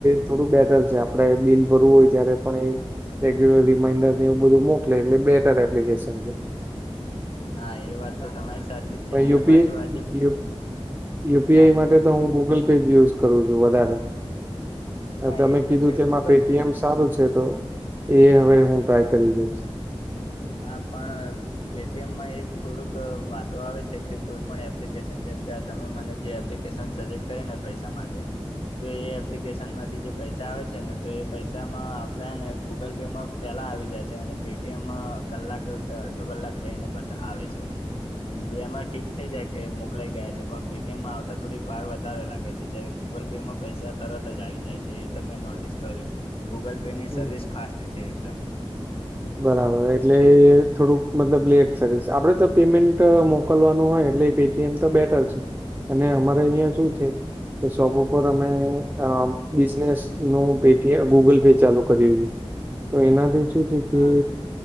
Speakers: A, on the right (about 20°); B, on the left (about 60°).
A: થોડું બેટર છે. આપણે બિલ ભરવું હોય ત્યારે પણ એ. રેગ્યુલર રિમાઈન્ડર ને એવ બધું મોક એટલે બેટર એપ્લિકેશન છે.
B: હા એ વાત તો તમારી સાચી જ છે
A: પણ
B: અને
A: યુપીઆઈ
B: પાછું આજે.
A: યુ યુપીઆઈ
B: હા
A: માટે
B: બોલો
A: તો હું ગૂગલ પે જ યુઝ કરું છું વધારે.
B: હા
A: તમે
B: એ તો
A: કીધું
B: છે
A: તેમાં
B: ગૂગલ
A: પેટીએમ
B: પે
A: સારું છે તો એ હવે હું ટ્રાય કરી જોઈશ.
B: હા પણ. પેટીએમમાં એક થોડુંક વાંધો આવે છે કે કોઈ પણ એપ્લિકેશન જેમ કે તમે મને જે એપ્લિકેશન સજેક્ટ કરીને પૈસા માટેની તો એ એપ્લિકેશન માંથી જે પૈસા આવે છે ને તો એ પૈસામાં આવતા ને ગૂગલ પેમાં પેલા આવી જાય છે અને પેટીએમ કલાક કે અડધો કલાક રહીને બ આવે છે. બેમાં ટીક થઈ જાય કે મોકલાઈ ગયા છે પણ પેટીએમમાં આવતા થોડીક વાર વધારે લાગે છે. જારે ગૂગલ પે માં પૈસા તરત જ આવી જાય છે એ તો મેં નોટિસ કર્યું. ગૂગલ પેની
A: હમ્મ.
B: સર્વિસ ફાસ્ટ છે એકદમ.
A: બરાબર એટલે થોડુંક મતલબ લેટ સર્વિસ આપડે તો પેમેન્ટ મોકલવાનું હોય એટલે કે એમ તો બેટર છે અને અમારે અહિયાં શું છે કે શોપ ઉપર અમે બિઝનેસ નું પ ગૂગલ પે ચાલુ કર્યું છે તો એનાથી શું છે કે
B: હા